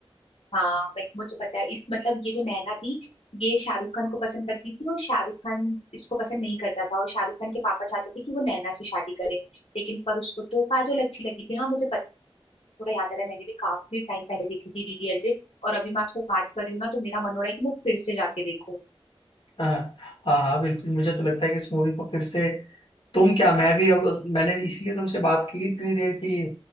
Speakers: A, on the left (about 80°); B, on the left (about 60°).
A: हाँ बट मुझे पता है इस मतलब ये जो नैना थी ये शाहरुख खान को पसंद करती थी और शाहरुख खान इसको पसंद नहीं करता था और शाहरुख खान के पापा चाहते थे कि वो नैना से शादी करे लेकिन पर उसको तो काजोल अच्छी लगी थी हाँ मुझे पता थोड़ा याद आ रहा है मैंने भी काफी टाइम पहले देखी थी डीडीएलजे और अभी मैं आपसे बात कर रही हूँ ना तो मेरा मन हो रहा है कि मैं फिर से जाके देखूँ
B: हाँ हाँ हाँ बिल्कुल मुझे तो लगता है कि इस मूवी को फिर से तुम क्या मैं भी अब मैंने इसलिए तुमसे बात की इतनी देर की